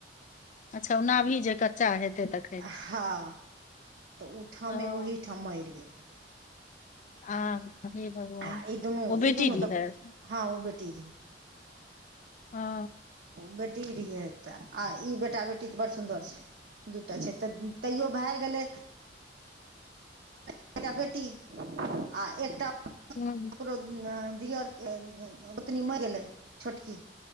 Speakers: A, on the left; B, on the right.
A: अच्छा ओना भी जे कच्चा हेतै तख
B: हँ तऽ ठमे
A: हँ
B: ओहि ठाम मरि गेल।
A: आ हे भगवान
B: आ ई दुनू
A: ओ
B: ई
A: बेटी
B: दुनू
A: दिय।
B: तऽ हँ ओ बेटी धि
A: हा
B: ओ बेटी रहिये तऽ आ ई बेटा बेटी तऽ बड़ सुन्दर छै। दूटा छै। तऽ तैयो भए गेलै एकटा बेटी आ एकटा।
A: हू।
B: ओकरो दियर के ओतनी मरि गेलै छोटकी